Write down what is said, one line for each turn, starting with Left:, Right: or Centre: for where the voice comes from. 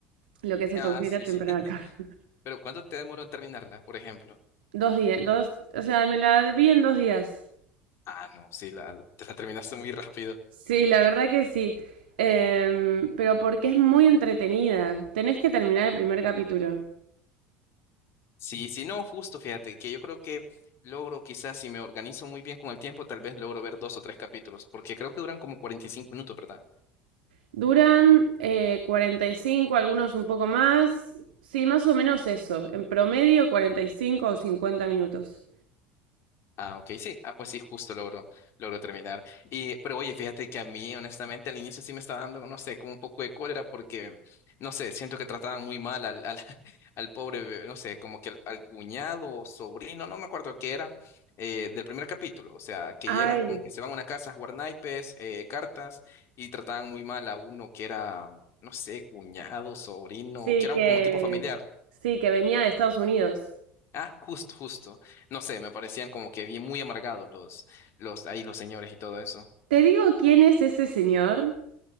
Right: lo que se
Left: Ah,
Right: considera
Left: sí,
Right: temprano
Left: sí. <laughs>
Right: acá.
Left: Pero ¿cuánto te demoró en terminarla, por ejemplo?
Right: Dos días, dos, o sea, me la vi en dos días.
Left: Ah, no, sí, la, te la terminaste muy rápido.
Right: Sí, la verdad que sí. Em, pero porque es muy entretenida. Tenés que terminar el primer capítulo.
Left: Sí, sí, no, justo, fíjate, que yo creo que logro quizás si me organizo muy bien con el tiempo, tal vez logro ver dos o tres capítulos, porque creo que duran como 45 minutos, ¿verdad?
Right: Duran eh, 45, algunos un poco más. Sí, más o menos eso. En promedio 45 o 50 minutos.
Left: Ah, ok, sí. Ah, pues sí, justo logro, logro terminar. Y, pero oye, fíjate que a mí, honestamente, al inicio sí me estaba dando, no sé, como un poco de cólera porque, no sé, siento que trataban muy mal al, al, <laughs> al pobre, bebé, no sé, como que al, al cuñado o sobrino, no me acuerdo qué era, eh, del primer capítulo. O sea, que
Right: Ay,
Left: llegan como que se van a una casa a jugar naipes, eh, cartas, y trataban muy mal a uno que era, no sé, cuñado, sobrino,
Right: sí
Left: que era
Right: que...
Left: como tipo familiar.
Right: Sí, que venía de Estados Unidos.
Left: Ah, justo, justo. No sé, me parecían como que bien muy amargados los, los, ahí los señores y todo eso.
Right: ¿Te digo quién es ese señor?